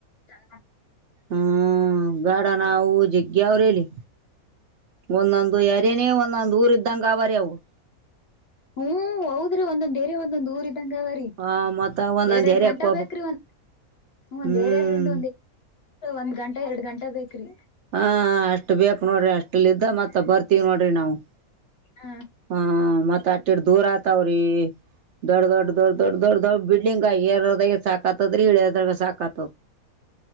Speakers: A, on the left; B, on the right.
A: ಹ
B: ಹ್ಮ್ ಗಾಡ ನಾವು ಜಿಗ್ಗಿ ಅವ್ರ ಹೇಳಲ್ಲಿ. ಒಂದೊಂದು ಯರನೇ ಒಂದೊಂದ್ ಊರ್ ಇದ್ದಂಗ ಅವರ ಅವು.
A: ಹ್ಮ್ ಹೌದ್ರ ಒಂದೊಂದ ಏರಿಯಾ ಒಂದೊಂದು ಊರು ಂಗಾವರಿ
B: ಆ ಮತ್ತ ಒಂದೊಂದ್
A: ಎರಡ್ ಎರಡ್
B: ಎರ್ಯಾಕ್
A: ಗಂಟಾ
B: ಹೋಗ್ಬೇಕು
A: ಬೇಕ್ರಿ ಒಂದ ಒಂದ್
B: ಹ್ಮ್
A: ಏರಿಯಂದ ಒಂದ್ ಗಂಟಾ ಎರಡ್ ಗಂಟ ಬೇಕ್ರಿ.
B: ಹಾ ಅಷ್ಟ್ ಬೇಕಕ್ು ನೋಡ್ರಿ ಅಷ್ಟಲ್ಲ ಇದ ಮತ್ತ ಬರ್ತವಿ ನೋಡ್ರಿ ನಾವವು.
A: ಹ
B: ಹಾ ಮತ್ತ ಆಟಿರ್ ದೂರ ಆತಾವ್ರಿ ದೊಡ್ಡ ದೊಡ್ಡ ದೊಡ್ಡ ದೊಡ್ಡ ದೊಡ್ ದಡ್..... ಬಿಡಿಂಗ್ ಏರಾದ ಸಾಕ ಆತದ್ರೀ ಇಳದ್ರಾಗ ಸಾಕ ಆತದ.